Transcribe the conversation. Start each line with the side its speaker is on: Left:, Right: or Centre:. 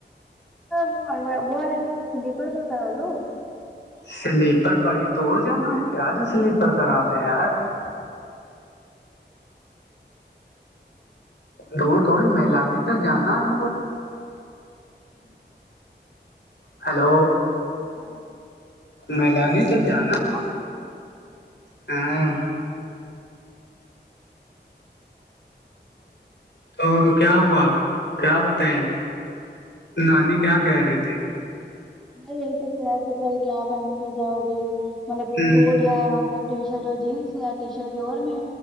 Centre: وہ والے سلیپر کا کرا لو
Left: سلیپر بڑی دور جانا ہے کیا جو سلیپر کرا لے یار
Centre: ہاں
Left: دور تھڑ مہلے تک جانا ہم کو
Centre: ہوں
Left: ہیلو
Centre: ہاں
Left: مہلانی تک جانا ہے
Centre: ہاں
Left: ہاں
Centre: ہوں
Left: تو تو کیا ہوا کیا بتیں نانی کیا کہہ رہی تھی
Centre: نہیں یہی سک کہر تو کل کیا پہن کے جاؤ گی مطلب
Left: ہ
Centre: کوٹ ہے وہاں کا ٹی شرٹ اور جینس یا ٹی شرٹ لوور میں